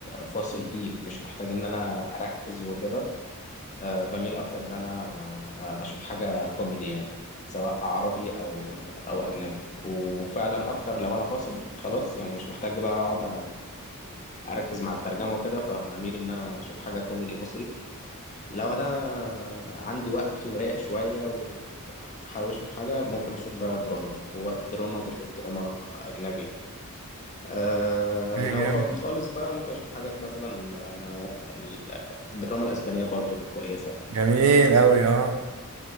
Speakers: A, on the left (about 35°); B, on the right (about 75°).
A: فاصل فيه ومش محتاج ان انا اركز وكده آه، بميل اكتر ان انا آه، اشوف حاجة كوميدي يعني سواء عربي او آه، او اجنبي وفعلا اكتر لو انا فاصل خلاص يعني مش محتاج بقى اقعد اركز مع الترجمة وكده فاميل ان انا اشوف حاجة كوميدي مصري لو انا عندي وقت ورايق شويه وحابب اشوف حاجه ممكن اشوف بقى دراما ووقت الدراما بشوف دراما اجنبي يعني أه
B: ايه
A: لو
B: جامد
A: فاضي خالص بقى ممكن اشوف حاجات مثلا آه، ال- الدراما الاسبانيه برضو كويسه
B: جميل أوي اه